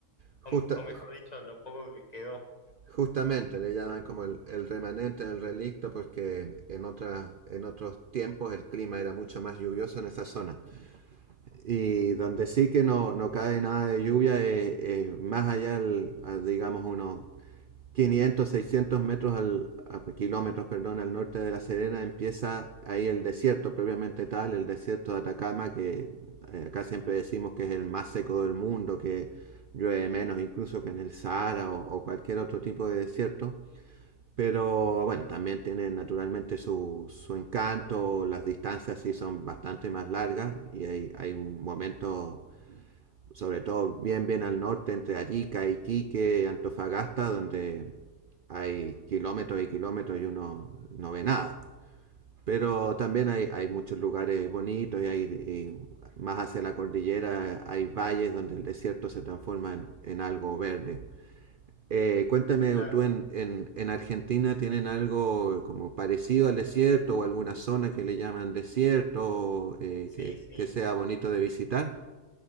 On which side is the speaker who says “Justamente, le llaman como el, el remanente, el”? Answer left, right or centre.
Right